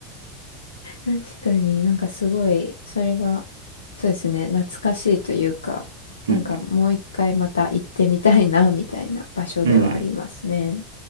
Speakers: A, on the left; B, on the right.
A: 確かになんかすごい、それは、そうですね、懐かしいというか、なんかもう一回また行ってみたいな、
B: <laughs> うん
A: みたいな場所ではありますね。
B: うん。うん。